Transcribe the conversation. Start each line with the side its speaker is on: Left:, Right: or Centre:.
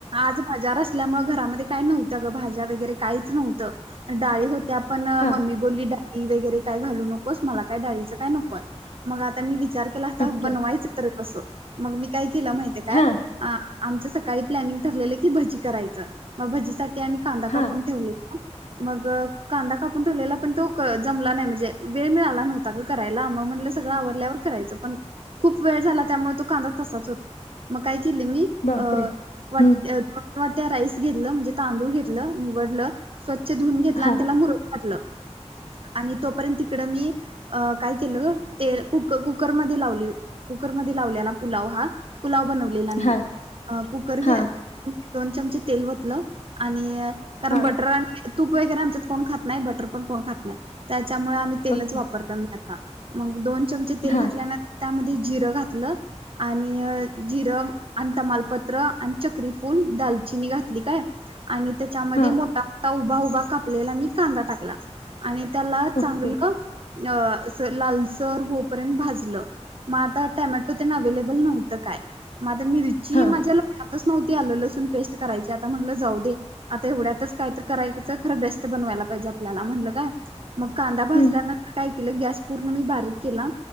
Right: आज बाजार असल्यामुळे घरामध्ये काय नव्हत्या अग भाज्या वगैरे काहीच नव्हतं डाळी होत त्या पण
Left: हा
Right: मम्मी बोलली डाळी वगैरे काय घालू नकोस. मला काय डाळीचं काय नको हाय मग आता मी विचार केला आता
Left: ओके
Right: बनवायचं तर कस मग मी काय केला माहितं ये काय?
Left: हा
Right: आ आमचं सकाळी प्लॅनिंग ठरलेलं की भजी करायचं म भजीसाठी आम्ही कांदा
Left: हा
Right: कापून ठेवले मग कांदा कापून ठेवलेला पण तो कं जमला नाय म्हणजे वेळ मिळाला प्लॅन होता ग करायला म म्हटलं सगळं आवरल्यावर करायचं पण खूप वेळ झाला त्यामुळ तो कांदा तसाचं होता म काय केले मी
Left: बापरे
Right: अ एक वाट
Left: हम्म
Right: दोन वाट्या राईस घेतलं म्हणजे तांदूळ घेतलं निवडलं. स्वच्छ धुऊून घेतला
Left: हा
Right: आणि त्याला मुरगाटलं आणि तोपर्यंत तिकड मी अ काय केलं ग ते कु कुकरमध्ये लावली. कुकरमध्ये लावलेला पुलाव हा पुलाव बनव लेला मी
Left: हा
Right: अ कुकर घे
Left: हा
Right: दोन चमचे तेल वतलं आणि कारण
Left: हा
Right: बटर आणि तूप वगैरे आमच्यात कोण खात नाय बटर पण कोण खात नाय त्याच्यामुळे आम्ही तेलच
Left: ओके
Right: वापर परतान आता मग दोन चमचे तेल
Left: हा
Right: घातल्यानंत त्यामध्ये जिरं घातलं. आणि जिरं आणि तमालपत्र आणि चक्री फूल दालचिनी घातली काय आणि त्याच्यामध्ये
Left: हा
Right: मोठा मोठा उभा उभा कापलेला मी कांदा टाकला. आणि त्याला
Left: ओके
Right: चांगलं अ अस लालसर होपर्यंत भाजलं. म आता टॅमॅटो तेनं अव्हेलेबल नव्हतं काय म आता मिरिची
Left: हा
Right: माझ्या ल क्षात नव्हती आलं लसून पेस्ट करायची आता म्हणलं जाऊ दे. आता एवढ्यातच काय तर करायचं खरं बेस्ट बनवायला पाहिजे आपल्याला म्हणलं काय मग कांदा भाजल्यानंतर
Left: हम्म
Right: काय केलं गॅस पूर्ण मी बारीक केला